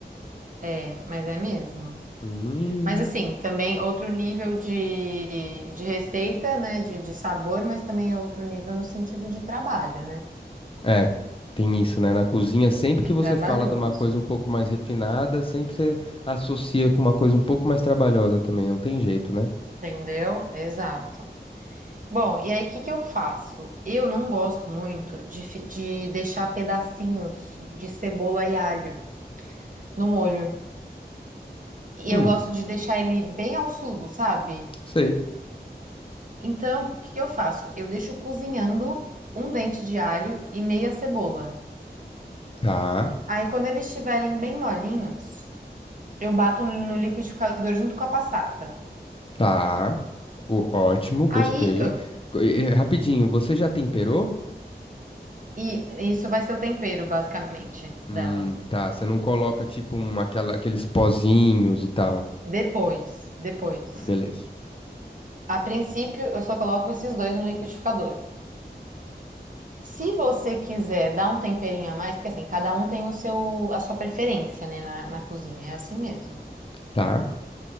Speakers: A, on the right; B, on the left.
A: É, mas é mesmo.
B: Hum.
A: Mas, assim, também outro nível de, de receita, né? De, de sabor, mas também é outro nível no sentido de trabalho, né?
B: É, tem isso, né? Na cozinha, sempre
A: É
B: que
A: trabalhoso,
B: você fala de uma coisa um pouco mais refinada, sempre você associa com uma coisa um pouco mais trabalhosa também, não tem jeito, né?
A: entendeu? Exato. Bom, e aí o que que eu faço? Eu não gosto muito de, fi- de deixar pedacinhos de cebola e alho no molho. E
B: Hum,
A: eu gosto de deixar ele bem ao sugo, sabe?
B: sei.
A: Então, o que que eu faço? Eu deixo cozinhando um dente de alho e meia cebola.
B: Tá,
A: Aí, quando eles estiverem bem molinhos, eu bato no liquidificador junto com a passata.
B: tá. O, ótimo, gostei.
A: Aí, eu-
B: Co- e- e- rapidinho, você já temperou?
A: e isso vai ser o tempero, basicamente,
B: Hum,
A: dela.
B: tá. Você não coloca tipo um, aquela, aqueles pozinhos e tal.
A: Depois, depois.
B: Beleza.
A: A princípio, eu só coloco esses dois no liquidificador. Se você quiser dar um temperinho a mais, porque assim, cada um tem o seu, a sua preferência, né, na, na cozinha, é assim mesmo,
B: Tá.